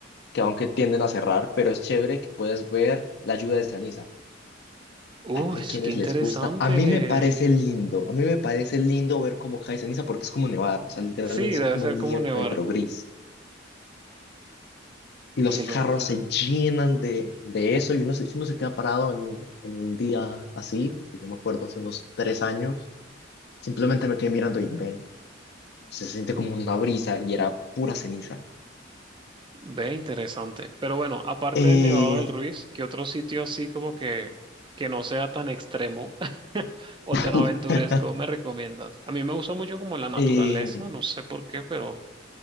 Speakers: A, on the left; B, on the right.
A: que aunque tienden a cerrar, pero es chévere que puedes ver la lluvia de ceniza.
B: Uy,
A: Hay, hay quienes
B: qué interesante.
A: les gusta. A mí me parece lindo, a mí me parece lindo ver cómo cae ceniza porque es como nevar, o sea, literalmente
B: Sí, debe
A: es como
B: ser
A: nieve,
B: como nevar.
A: pero gris. Y los
B: Qué
A: carros
B: locura.
A: se llenan de, de eso y uno se, si uno se queda parado en un, en un día así, porque yo me acuerdo hace unos tres años. Simplemente me quedé mirando y ven, se siente como una brisa y era pura ceniza.
B: Ve, interesante. Pero bueno, aparte
A: Eh,
B: del Nevado del Ruiz, ¿qué otro sitio así como que, que no sea tan extremo <laughs> o
A: <laughs>
B: tan aventuresco me recomiendas? A mí me gusta mucho como la naturaleza,
A: eh,
B: no sé por qué, pero...